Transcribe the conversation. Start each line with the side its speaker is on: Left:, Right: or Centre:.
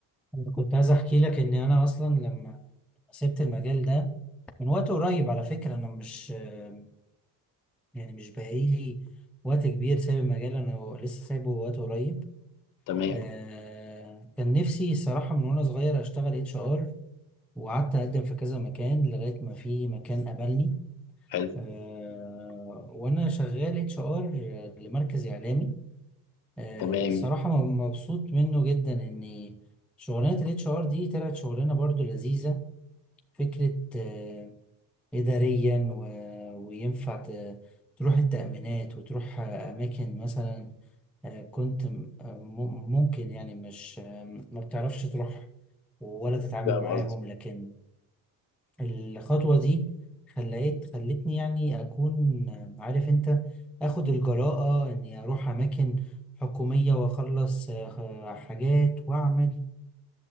Centre: انا كنت عايز احكي لك ان انا اصلا لما سبت المجال ده من وقت قريب على فكره انا مش آه، يعني مش بقالي وقت كبير سايب المجال انا لسه سايبه وقت قريب
Left: تمام
Centre: آه، كان نفسي الصراحه من وانا صغير اشتغل اتش ار وقعدت اقدم في كذا مكان لغايه ما في مكان قبلني
Left: حلو
Centre: آه، وانا شغال اتش ار لمركز اعلامي آه،
Left: تمام
Centre: الصراحه م- مبسوط منه جدا ان شغلانه الاتش ار دي طلعت شغلانه برضو لذيذه فكره آه، اداريا و... وينفع ت... تروح التامينات وتروح اماكن مثلا آه، كنت م- م- ممكن يعني مش آه، ما بتعرفش تروح ولا تتعامل
Left: فاهم
Centre: معاهم
Left: قصدي
Centre: لكن الخطوة دي خلت خلتني يعني أكون عارف أنت أخد الجراءة إني أروح أماكن حكومية وأخلص آه، حاجات وأعمل